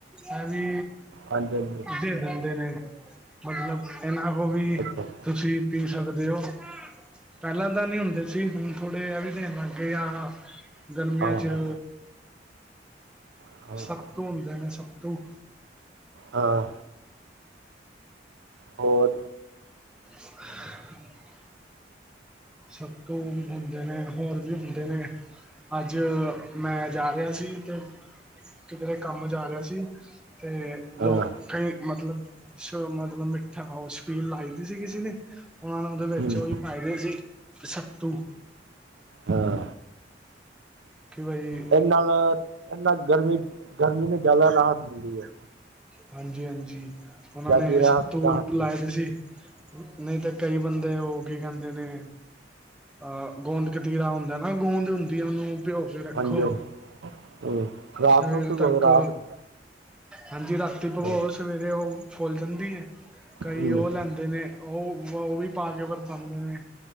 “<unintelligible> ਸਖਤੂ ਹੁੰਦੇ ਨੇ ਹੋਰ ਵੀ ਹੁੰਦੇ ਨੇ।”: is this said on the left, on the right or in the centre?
Centre